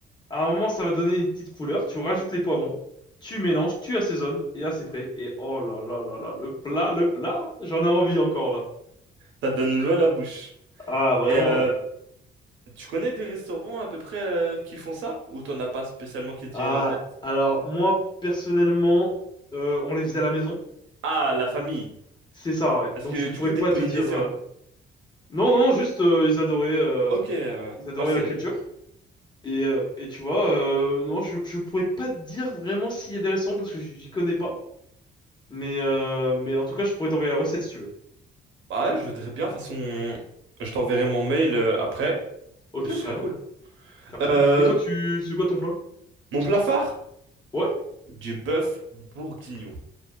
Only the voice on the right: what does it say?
Ça donne l'eau à la bouche.
Et euh,
tu connais des restaurants à peu près euh, qui font ça? Ou t'en as pas spécialement qui te
viennent en tête?
Ah, la famille.
Parce
que
du
coup, t'es
polynésien.
Ok, euh,
ouais, c'est
Bah ouais, je voudrais bien, de toute façon, je t'enverrai mon mail euh, après,
et ce sera
cool.
Euh,
mon plat phare?
Du bœuf bourguignon.